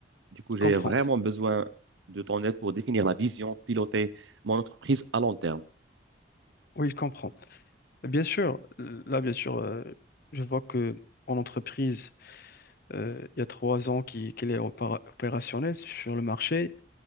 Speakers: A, on the right; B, on the left.
A: Du coup,
B: Je
A: j'ai
B: comprends.
A: vraiment besoin de ton aide pour définir la vision, piloter mon entreprise à long terme.
B: Oui, je comprends. Bien sûr, euh, là, bien sûr, euh, je vois que en entreprise, euh, il y a trois ans qui- qu'elle est opéra- opérationnelle sur le marché.